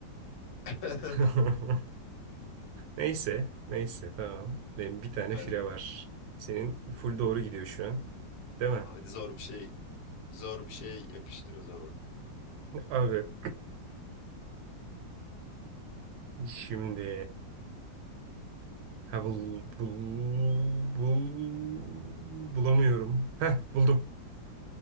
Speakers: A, on the left; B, on the right.
A: <laughs>
B: <laughs> Neyse. Neyse tamam. Benim bir tane
A: Hadi.
B: fire var. Senin full doğru gidiyor şu an. Değil mi?
A: Hadi zor bir şey, zor bir şey yapıştır o zaman.
B: Abi. <clears throat> Şimdi. Ha bul, bul, bul, bulamıyorum. Heh buldum.